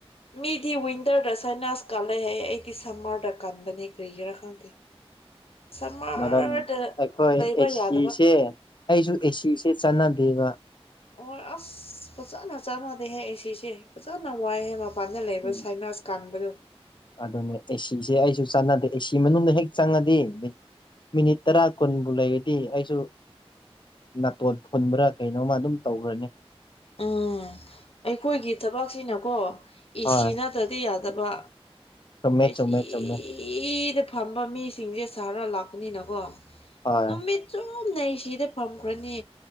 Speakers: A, on the left; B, on the left.
A: ꯃꯤꯗꯤ ꯋꯤꯟꯇꫪꯗ ꯁꯥꯏꯅꯥꯁ ꯀꯜꯂꯦ ꯍꯥꯏ ꯑꯩꯗꯤ ꯁꯝꯃꫪꯗ ꯀꯟꯕꯅꯦ ꯀꯔꯤꯒꯤꯔꯥ ꯈꯪꯗꯦ ꯁꯝꯃꯔꯗ
B: ꯃꯔꯝ ꯑꯩꯈꯣꯏ
A: ꯂꯩꯕ
B: ꯑꯦꯁꯤꯁꯦ
A: ꯌꯥꯗꯕ
B: ꯑꯩꯁꯨ ꯑꯦꯁꯤꯁꯦ ꯆꯠꯅꯗ ꯗꯤꯕ
A: ꯑꯣ ꯑꯁ ꯐꯖꯅ ꯆꯥꯟꯅꯗꯦꯍꯦ ꯑꯦ ꯁꯤꯁꯦ ꯐꯖꯅ ꯋꯥꯏꯍꯦꯕ ꯃꯄꯥꯟꯗ ꯂꯩꯕ
B: ꯎꯝ
A: ꯁꯥꯏꯅꯥꯁ ꯀꯥꯟꯕꯗꯨ
B: ꯑꯗꯨꯅꯦ ꯑꯦꯁꯤꯁꯦ ꯑꯩꯁꯨ ꯆꯠꯅꯗꯦ ꯑꯦꯁꯤ ꯀꯤ ꯃꯅꯨꯡꯗ ꯍꯦꯛ ꯆꯪꯉꯗꯤ ꯃꯤꯅꯤꯠ ꯇꯔꯥ ꯀꯨꯟꯕꯨ ꯂꯩꯔꯗꯤ ꯑꯩꯁꯨ ꯅꯥꯇꯣꯟ ꯐꯨꯟꯕ꯭ꯔ ꯀꯩꯅꯣꯝꯃ ꯑꯗꯨꯝ ꯇꯧꯈ꯭ꯔꯅꯤ
A: ꯎꯝ ꯑꯩꯈꯣꯏꯒꯤ ꯊꯕꯛꯁꯤꯅꯀꯣ ꯏꯁꯤ
B: ꯍꯣꯏ
A: ꯅꯠꯇ꯭ꯔꯗꯤ ꯌꯥ ꯗꯕ
B: ꯆꯨꯝꯃꯦ
A: ꯑꯦꯁꯤꯗ
B: ꯆꯨꯝꯃꯦ ꯆꯨꯝꯃꯦ
A: ꯐꯝꯕ ꯃꯤꯁꯤꯡꯁꯦ ꯁꯍꯔ ꯂꯥꯛ ꯄꯅꯤ ꯅꯀꯣ
B: ꯍꯣꯏ
A: ꯅꯨꯃꯤꯠꯆꯨ ꯅ ꯑꯦꯁꯤꯗ ꯐꯝꯈ꯭ꯔꯅꯤ